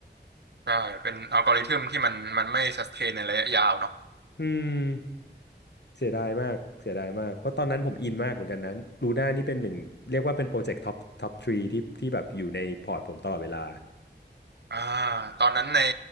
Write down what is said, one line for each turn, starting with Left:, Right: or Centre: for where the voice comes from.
Right: ใช่เป็นอัลกอริทึมที่มันมันไม่สเตนในระยะยาวเนาะ
Left: อืมเสียดายมากเสียดายมากเพราะตอนนั้นผมอินมากเหมือนกันนะลูน่านี่เป็นหนึ่งเรียกว่าเป็นโปรเจกต์ท็อปท็อปทรีที่ที่แบบอยู่ในพอร์ตผมตลอดเวลา
Right: อ่าตอนนั้นใน